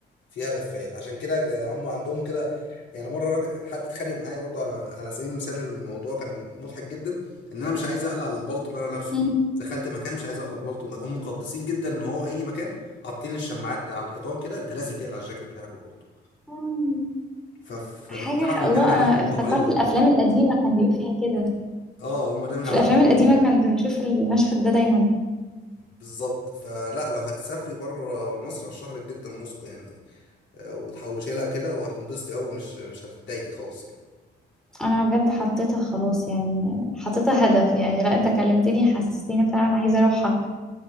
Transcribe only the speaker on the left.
فيها دفايات عشان كده ج- هم عندهم كده يعني مره راجل حد اتخانق معايا برضه على على سبيل المثال الموضوع كان مضحك جدا ان انا مش عايز اقلع البلطو اللي انا لابسه
دخلت مكان مش عايز اقلع البلطو هم مقدسين جدا ان هو اي مكان حاطين الشماعات على الحيطان كده انت لازم تقلع الجاكيت بتاعك والبلطو
ف... فما
كنتش عارف ان
ده من عاداتهم
وتقاليدهم
يعني
اه هم ده من
عاداتهم
وتقاليدهم.
بالظبط فلا لو هتسافري بره مصر ارشح لك جدا موسكو يعني آه، وتحوشي لها كده وهتنبسطي قوي مش مش هتتضايقي خالص يعني